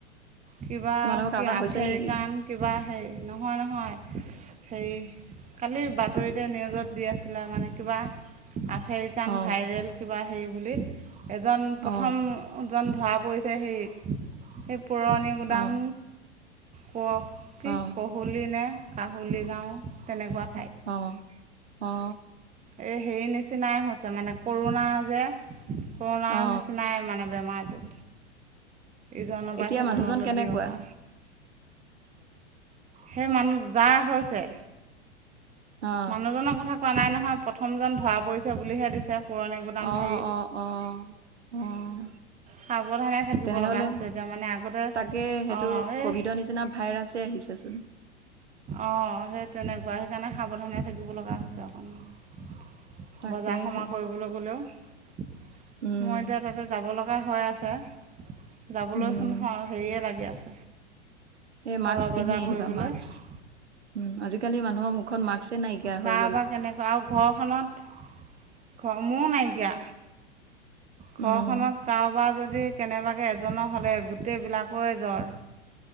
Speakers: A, on the right (about 20°); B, on the right (about 80°).
A: কিবা
B: তোমালোকৰ
A: কি
B: কাৰোবাৰ
A: আফেৰিকান
B: হৈছে নেকি
A: কিবা হে নহয় নহয় হেৰি কালি বাতৰিতে নিউজত দি আছিলে মানে কিবা আফেৰিকান
B: অ
A: ভাইৰেল কিবা হেৰি বুলি, এজন প্ৰথমজন
B: অ
A: ধৰা পৰিছে সেই, সেই পুৰণি গুদাম
B: অ
A: প কি
B: অ
A: কহলি নে কাহলুলি গাওঁ তেনেকুৱাত
B: অ অ
A: এই হেৰি নিচিনাই হৈছে মানে কৰোণা যে কৰোণাৰ
B: অ
A: নিচিনাই মানে বেমাৰটো ইজনৰ পা
B: এতিয়া
A: সিজনৰ
B: মানুহজন
A: লৈ
B: কেনেকুৱা
A: বিয়পা। সেই মানুহ যাৰ হৈছে
B: অ
A: মানুহজনৰ কথা কোৱা নাই নহয় প্ৰথমজন ধৰা পৰিছে বুলিহে দিছে পুৰণি গোদাম
B: অহ,
A: হেৰিত
B: অ, অহ, উম।
A: সাৱধানে থাকিব
B: তেনেহলে,
A: লগা হৈছে এতিয়া মানে আগতে
B: তাকে, সেইটো
A: অঁ এই
B: কভিডৰ নিচিনা ভাইৰাছে আহিছে <unintelligible>
A: অ', সেই তেনেকুৱাই সেইকাৰণে সাৱধানে থাকিব লগা হৈছে অকণমান।
B: তাকেহে
A: বজাৰসমা কৰিবলৈ গ'লেও, মই
B: উম
A: এতিয়া তাতে যাব লগা হৈ আ ছে, যাবলৈচোন
B: উম
A: <unintelligible> হেৰিয়ে লাগি আছে।
B: এ
A: ঘৰৰ
B: মাস্ক পিন্ধি
A: বজাৰ
B: আহিবা,
A: কৰিবলৈ
B: মাস্ক। উম, আজিকালি মানুহৰ মুখত মাস্কেই নাইকিয়া
A: কাৰোবাৰ
B: হৈ গ'ল।
A: কেনেকুৱা আৰু ঘৰখনত <unintelligible> নাইকিয়া ঘৰখনত
B: উম
A: কাৰোবাৰ যদি কেনেবাকে এজনৰ হ'লে গোটেইবিলাকৰ জ্বৰ।